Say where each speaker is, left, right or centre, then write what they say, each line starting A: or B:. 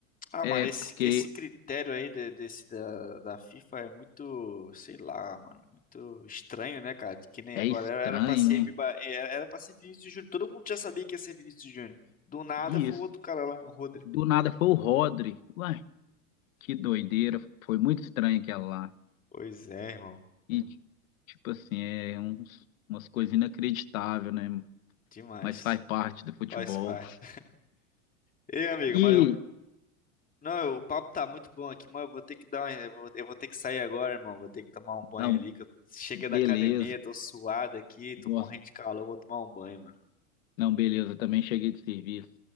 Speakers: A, on the left; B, on the left.
A: Ah,
B: É
A: mano, esse,
B: porque
A: esse critério aí de- desse da, da FIFA é muito, sei lá, mano, muito estranho, né, cara? Que nem
B: é
A: agora
B: estranho,
A: era, era pra ser
B: né?
A: Mba, era, era pra ser Vinícius Júnior. Todo mundo já sabia que ia ser Vinícius Júnior. Do nada
B: E
A: foi
B: Isso.
A: o outro cara lá, o Rodri.
B: Do nada foi o Rodri. Uai, que doideira. Foi muito estranho aquela lá.
A: Pois é, irmão.
B: E, tipo assim, é uns, umas coisas inacreditáveis, né?
A: Demais.
B: Mas faz parte do futebol.
A: Faz parte. Ei, amigo,
B: E
A: mas eu. Não, o papo tá muito bom aqui, mas eu vou ter que dar uma... eu vou eu vou ter que sair agora, irmão. Vou ter que tomar um banho
B: ah,
A: ali, que eu cheguei
B: Beleza.
A: da academia, tô suado aqui,
B: Nossa,
A: tô morrendo de calor, vou tomar um banho, mano.
B: não, beleza. Também cheguei de serviço.